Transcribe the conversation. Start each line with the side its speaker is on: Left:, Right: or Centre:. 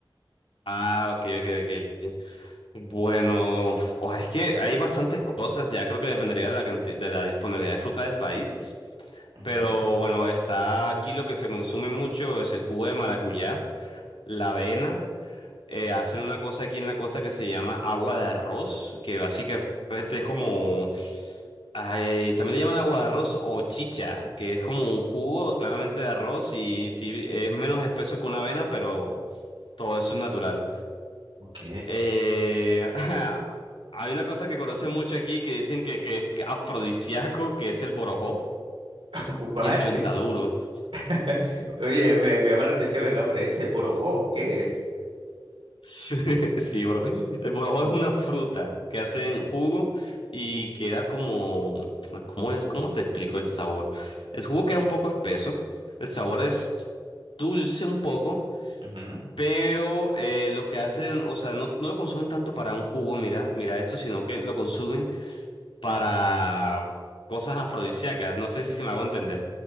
Left: Ah, ok, ok, ok. Bueno, f- oh, es que hay bastantes cosas, ya creo que dependería de la canti- de la disponibilidad de fruta del país.
Right: Ujú,
Left: Pero bueno, está aquí lo que se consume mucho es el jugo de maracuyá, la avena. eh, hacen una cosa aquí en la costa que se llama agua de arroz, que básicamente es como Ay, también le llaman agua de arroz o chicha, que es como un jugo claramente de arroz y tibi- es menos espeso que una avena, pero todo eso es natural.
Right: Ok.
Left: Eh, <laughs> hay una cosa que conocen mucho aquí que dicen que, que es afrodisíaco, que es el borojó
Right: <laughs> What?
Left: y el chontaduro. <laughs>
Right: <laughs> Oye, me, me llama la atención el nombre ese. Borojó, ¿qué es?
Left: Sí, sí, bro. El borojó es una fruta que hacen jugo y queda como... ¿Cómo es? ¿Cómo te explico el sabor? El jugo queda un poco espeso, el sabor
Right: Ujú,
Left: es dulce un poco.
Right: ujú.
Left: Pero eh, lo que hacen, o sea, no, no lo consumen tanto para un jugo, mira, mira esto, sino que lo consumen para cosas afrodisíacas. No sé si se me hago entender.